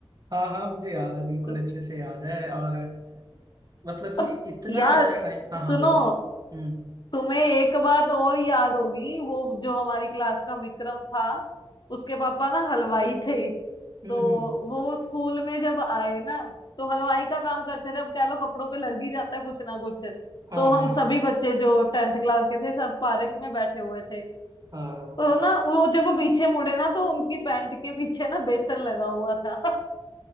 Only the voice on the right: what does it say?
हाँ हाँ मुझे याद है बिल्कुल
अच्छे से याद है और मतलब कि
इतना
अच्छा टाइम हाँ हाँ
बोलो हम्म
हम्म
हम्म
हाँ
हाँ
हाँ हाँ
हाँ